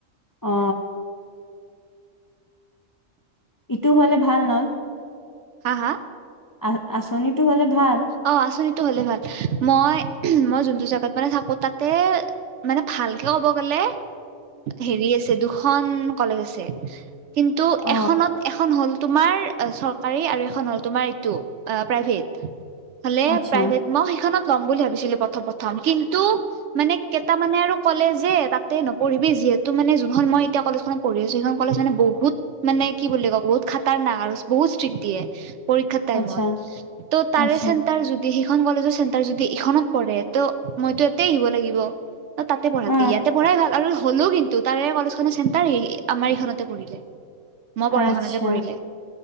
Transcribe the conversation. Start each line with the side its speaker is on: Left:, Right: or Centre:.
Left: অ ইটো হ'লে ভাল নয়
Right: হা হা
Left: আ আচনিটো হ'লে ভাল
Right: অ আছনি টো হ'লে ভাল, মই-মই যোনটো জেগাত মানে থাকো তাতে মানে ভালকে ক'ব গ'লে
Left: <unintelligible>
Right: হেৰি আছে দুখন কলেজ আছে, কিন্তু
Left: অ
Right: এখনত এখন হ'ল তোমাৰ চৰকাৰী আৰু এখন হ'ল তোমাৰ এইটো প্ৰাইভেট। হ'লে
Left: আচ্ছা
Right: প্ৰাইভেট, মই সেইখনত ল'ম বুলি ভাবিছিলো প্ৰথম প্ৰথম, কিন্তু মানে কেইটামানে আৰু ক'লে যে তাতে নপঢ়িবি, যি যিহেতু মানে জোনখন মই এতিয়া কলেজখনত পঢ়ি আছো, সেইখন কলেজ মানে বহুত মানে কি বুলি ক'ম বহুত খাতাৰনাক আৰু বহুত স্ত্ৰীক্ট দিয়ে পৰীক্ষা টাইমত,
Left: আচ্ছা
Right: ত' তাৰে
Left: আচ্ছা
Right: চেণ্টাৰ জোনটো দি সিখন কলেজৰ চেণ্টাৰ যদি ইখনত পৰে মইতো এতে আহিব লাগিব ত তাতে পঢ়াতকে
Left: অ
Right: ইয়াতে পঢ়াই গাল আৰু হলেও কিন্তু তাৰে কলেজখনৰ চেণ্টাৰ হ আমাৰ এইখনতে পৰিলে মই পঢ়া
Left: আচ্ছা
Right: খনতে পৰিলে